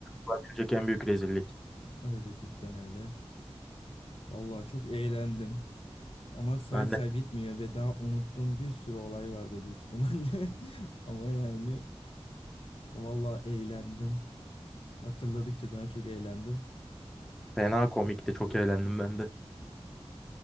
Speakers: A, in the centre; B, on the left.
A: Olabilecek en büyük rezillik.
B: Öyle cidden öyle. Vallahi çok eğlendim. Ama say
A: Ben
B: say
A: de
B: bitmiyor ve daha unuttuğum bir sürü olay vardır büyük ihtimalle. <laughs> Ama yani valla eğlendim. Hatırladıkça daha çok eğlendim.
A: fena komikti. Çok eğlendim ben de.